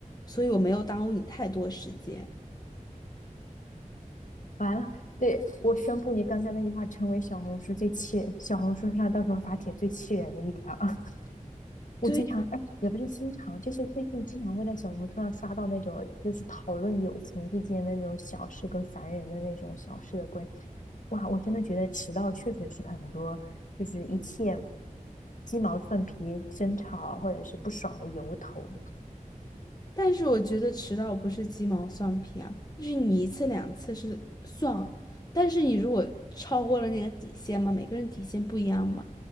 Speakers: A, on the left; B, on the left.
A: 所以我没有耽误你太多时间。
B: 完了，对，我宣布你刚才那句话成为小红书最气人小红书上到时候发帖最气人的一条。<laughs> 我经常，
A: 对呀，
B: 哎，也不是经常，就是最近经常会在小红书上刷到那种，就是讨论友情之间的那种小事跟烦人的那种小事的关系。哇，我真的觉得迟到确实是很多，就是一切鸡毛蒜皮、争吵或者是不爽的由头。
A: 但是我觉得迟到不是鸡毛蒜皮啊，就是你一次两次是算，但是你如果超过了那个底线嘛，每个人底线不一样嘛，